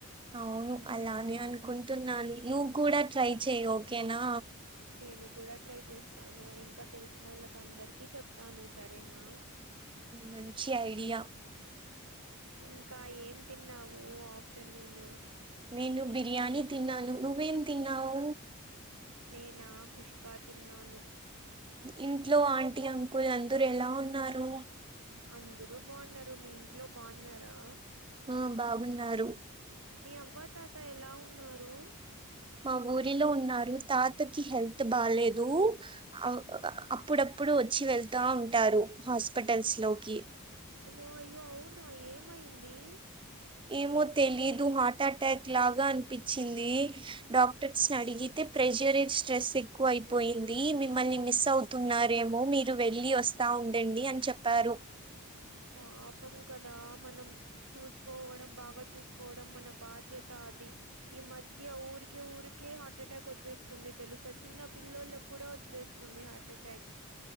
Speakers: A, on the right; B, on the right.
A: అవును అలానే అనుకుంటున్నా నువ్వు కూడా ట్రై చెయ్ ఓకేనా
B: నేను కూడా ట్రై చేస్తాను ఇంకా తెలిసిన వాళ్ళకి అందరికి చెప్తాను సరేనా
A: మంచి ఐడియా
B: ఇంకా ఏం తిన్నావు ఆఫ్టేర్నూన్
A: నేను బిర్యానీ తిన్నాను నువ్వేం తిన్నావ్
B: నేను ఖుష్కా తిన్నాను
A: ఇంట్లో ఆంటీ అంకుల్ అందరు ఎలా ఉన్నారు
B: అందరు బాగున్నారు మీ ఇంట్లో బాగున్నారా
A: ఆ బాగున్నారు
B: మీ అవ్వ తాత ఎలా ఉన్నారు
A: మా ఊరిలో ఉన్నారు తాతకి హెల్త్ బాలేదు ఆ అప్పుడప్పుడు వచ్చి వెళ్తా ఉంటారు హాస్పిటల్స్ లోకి
B: ఓ అయ్యో అవునా ఏమయింది
A: ఏమో తెలీదు హార్ట్ అటాక్ లాగా అనిపించింది డాక్టర్స్ ని అడిగితే ప్రెజర్ స్ట్రెస్ ఎక్కువ అయిపోయింది మిమ్మల్ని మిస్ అవు తున్నారేమో మీరు వెళ్ళి వస్తా ఉండండి అని చెప్పారు
B: పాపం కదా మనం చూసుకోవడం బాగా చూసుకోవడం మన బాధ్యత అది ఈ మధ్య ఊరికే ఊరికే హార్ట్ అటాక్ వచ్చేస్తుంది తెలుసా చిన్న పిల్లలకు కూడా వచ్చేస్తుంది హార్ట్ ఎటాక్